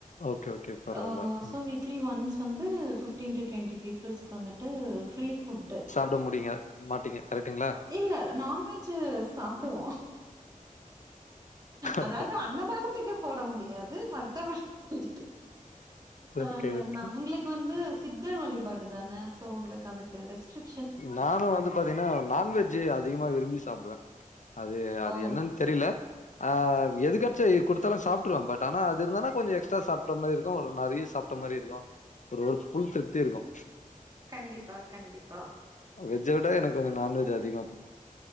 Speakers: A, on the left (about 60°); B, on the right (about 25°).
A: ஓகே, ஓகே. பரவால்ல.
B: அ சோ
A: ம்.
B: வீக்லி ஒன்ஸ் வந்து ஃபிப்டீன் டு டுவெண்ட்டி பீப்புள்ஸ்க்கு வந்துட்டு ஃப்ரீ ஃபுட்டு
A: ட்ட முடிங்க மாட்டீங்க கரெக்டுங்ளா
B: இல்ல நான்வெஜ்ஜு சாப்பிடுவோ அதாவது
A: ஓகே,
B: அன்னதானத்துக்கு போட முடியாது மத்தபடி வந்துட்டு
A: ஓகே
B: ஆ
A: ஓகே
B: நான் உங்களுக்கு வந்து சித்தர் வழிபாடு தான சோ உங்களுக்கு அதுக்கு ரெஸ்ட்ரிக்
A: நானு வந்து பாத்தீங்கன்னா நான்வெஜ் அதிகமா விரும்பி சாப்டுவ அது அது
B: ஓ!
A: என்னன் தெரில ஆ எது கட்ச்சா குடுத்தாலூ சாப்டுருவே பட் ஆனா அது இருந்தனா கொஞ்ச எக்ஸ்ட்ரா சாப்ட் மாரி இருக்கு ஒரு நெறைய சாப் மாரி இருக்கு ஒரு ஃபுல் திருப்தி இருக்கு
B: கண்டிப்பா கண்டிப்பா
A: வெஜ்ஜ விட எனக்கு கொஞ்ச நான்வெஜ் அதிகோ